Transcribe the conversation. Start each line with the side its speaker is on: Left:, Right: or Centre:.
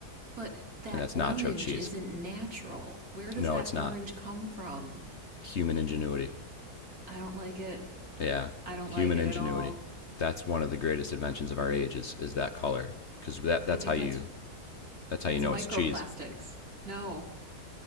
Right: But that
Left: and that's
Right: orange
Left: nacho cheese.
Right: isn't natural. Where does
Left: No,
Right: that
Left: it's
Right: orange
Left: not.
Right: come from?
Left: Human ingenuity.
Right: I don't like it.
Left: Yeah,
Right: I don't
Left: human
Right: like it
Left: ingenuity.
Right: at all.
Left: That's one of the greatest inventions of our age is is that color because that that's
Right: I think
Left: how you
Right: that's
Left: that's how
Right: that's
Left: you know
Right: microplastics.
Left: it's cheese.
Right: No.